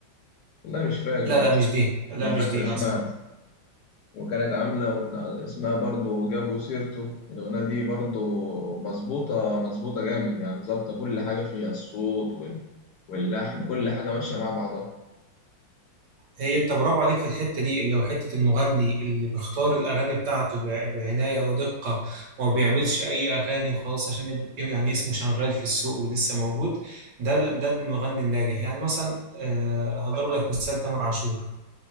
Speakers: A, on the left; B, on the right.
A: والله مش فاكر
B: لا لا
A: بس
B: مش دي لا
A: أنا
B: مش
A: فاكر
B: دي
A: اسمها
B: أه صح
A: وكانت عاملة أغن- اسمها برضو جابوا سيرته الأغنية دي برضو مظبوطة مظبوطة جامد يعني ظابطة كل حاجة فيها الصوت وال... واللحن كل حاجة ماشية مع بعضها
B: هي أنت برافو عليك في الحتة دي اللي هو حتة المغني اللي بيختار الأغاني بتاعته بع- بعناية ودقة وما بيعملش أي أغاني وخلاص عشان يب- يعني اسمه شغال في السوق ولسه موجود ده ال- ده المغني الناجح يعني مثلا آه، هضرب لك مثال تامر عاشور